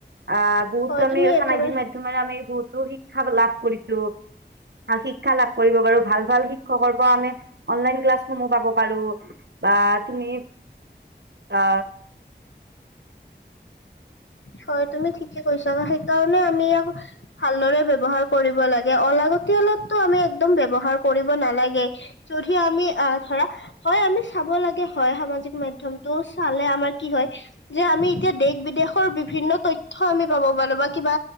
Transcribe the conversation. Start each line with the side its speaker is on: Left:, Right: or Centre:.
Right: আহ বহুতো
Left: হয়
Right: আমি
Left: তুমি
Right: সামাজিক
Left: একেবাৰে
Right: মাধ্যমৰে আমি বহুত তটো শিক্ষা লাভ কৰিছো। শিক্ষা লাভ কৰিব পাৰো ভাল ভাল শিক্ষকৰ পৰা আমি অনলাইন ক্লাছসমূহ পাব পাৰো। বা তুমি অ
Left: হয় তুমি ঠিকে কৈছা, আকৌ সেইকাৰণে আমি ইয়াক ভালদৰে ব্যৱহাৰ কৰিব লগে, অলাগতিলতটো আমি একদম ব্যৱহাৰ কৰিব নালাগে, যদি আমি আহ ধৰা হয় আমি চাব লাগে হয় সামাজিক মাধ্যমটো চালে আমাৰ কি হয়, যে আমি এতিয়া দ বিদেশৰ বিভিন্ন তথ্য আমি পাব পাৰো বা কিবা